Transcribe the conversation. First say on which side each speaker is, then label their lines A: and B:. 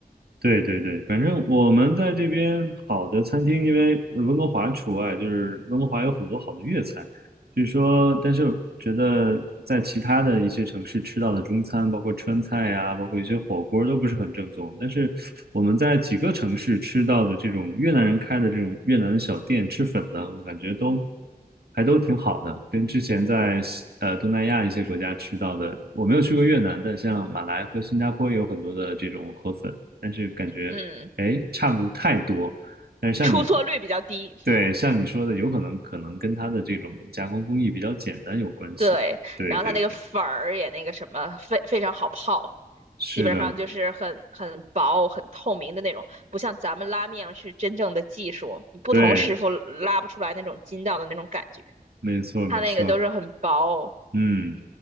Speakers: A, on the right (about 80°); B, on the right (about 50°).
A: 对对对，反正我们在这边好的餐厅，因为温哥华除外，就是温哥华有很多好的粤菜。就是说，但是我觉得在其他的一些城市吃到的中餐，包括川菜呀、包括一些火锅都不是很正宗。但是我们在几个城市吃到的这种越南人开的这种越南小店吃粉的，我感觉都还都挺好的，跟之前在呃东南亚一些国家吃到的，我没有去过越南，但像马来和新加坡也有很多的这种河粉，但是感觉哎差不太多。
B: 嗯，
A: 但是像你
B: 出错率比较低。
A: 对，像你说的，有可能可能跟它的这种加工工艺比较简单有关系。
B: 对，
A: 对对对，
B: 然后它那个粉儿也那个什么，非非常好泡，
A: 是的，
B: 基本上就是很很薄、很透明的那种，不像咱们拉面是真正的技术，你不同师傅拉不出来那种筋道的那种感觉，
A: 对，没错没错，
B: 它那个都是很薄。
A: 嗯，